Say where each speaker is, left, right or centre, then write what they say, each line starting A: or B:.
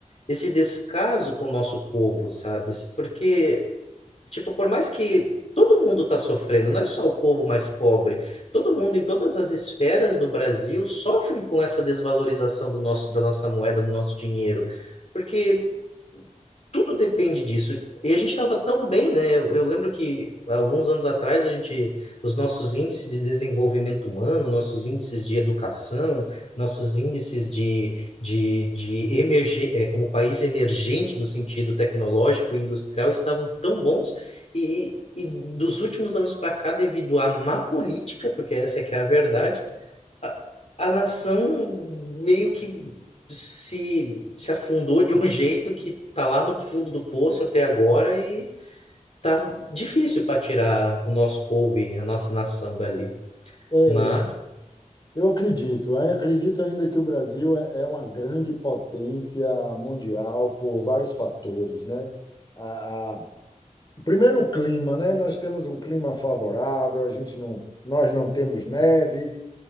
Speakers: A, on the left; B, on the left.
A: esse descaso com o nosso povo, sabe? Porque Tipo, por mais que todo mundo está sofrendo, não é só o povo mais pobre, todo mundo em todas as esferas do Brasil sofre com essa desvalorização do nosso, da nossa moeda, do nosso dinheiro, porque tudo depende disso. E a gente estava tão bem, né? Eu, eu lembro que há alguns anos atrás a gente, os nossos índices de desenvolvimento humano, nossos índices de educação, nossos índices de, de, de emergen, eh, como país emergente no sentido tecnológico e industrial estavam tão bons e, e dos últimos anos para cá, devido à má política, porque essa é que é a verdade, a, a nação meio que se, se afundou de um <laughs> jeito que tá lá no fundo do poço até agora e tá difícil para tirar o nosso povo e a nossa nação dali.
B: É,
A: Mas.
B: Eu acredito, eu acredito ainda que o Brasil é é uma grande potência mundial por vários fatores, né? A, a- primeiro, o clima, né? Nós temos um clima favorável, a gente não, nós não temos neve,